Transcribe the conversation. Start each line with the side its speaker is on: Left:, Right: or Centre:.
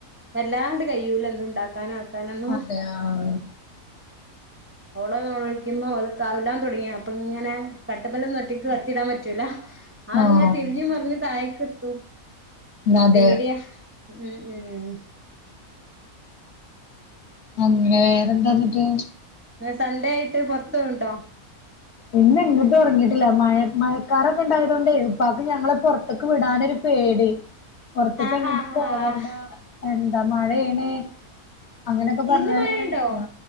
Right: വല്ലാണ്ട് കയ്യൂല ന്നും ൻണ്ടാക്കാ നാക്കാൻ കാനെന്നോ
Left: അതെ ആഹ്
Right: ഓള് നേലോൽകിമ്പം ഓള് കവ് ലാൻ തുടങ്ങിയ പ്പ ഇങ്ങനെ കട്ട്മ്മലൊന്നും ഒറ്റയ്ക്ക് കെടത്തിടാൻ പറ്റൂല ആയ്ങ്ങനെ
Left: ആഹ്
Right: തിരിഞ്ഞഞ് മർഞ്ഞ് തായ്ക്ക് തു
Left: അതെ
Right: പേടിയാ മ് മ്
Left: അങ്ങനെ വേറെന്താന്ന്ട്ട്
Right: വേ സൺഡേ യിട്ട് പൊർതോവ്ണ്ടോ
Left: ഇന്ന് എങ്ങിട്ട് ഉറങ്ങിയിട്ടില്ല മഴ മഴക്കാറോക്കെ ഇണ്ടായതുകൊണ്ട് ഉപ്പാക്ക് ഞങ്ങള് പൊറത്തേക്ക് വിടാനൊര് പേടി പൊറത്ത്ക്
Right: ആഹ്
Left: ങ്ങട്ടും
Right: ആഹ്
Left: പോവണ്ട
Right: ആഹ്
Left: എന്താ മഴേണ് അങ്ങനൊക്കെ പറഞ്ഞാണ്ട്
Right: ഇന്ന് മഴയുണ്ടോ
Left: ഇങ്ങനെ നിക്കാ